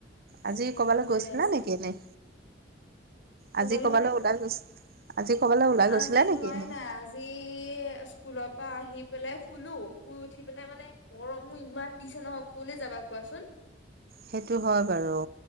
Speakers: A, on the right; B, on the left.
A: আজি
B: স্কুলো
A: ক'ৰবালৈ গৈছিলা
B: হৈ আছে।
A: নেকি এনেই
B: শুবলে
A: আজি ক'বালৈ
B: মানে
A: ওলাই গৈছি আজি ক'বালৈ ওলাই গৈছিলা
B: আজি
A: নেকি
B: যোৱাই
A: এনেই?
B: নাই আজি স্কুলৰ পৰা আহি পেলাই শুলো, শুই উঠি পেলাই মানে গৰমো ইমান দিছে নহয়। ক'লে যাবা কোৱাচোন?
A: সেইটো হয় বাৰু।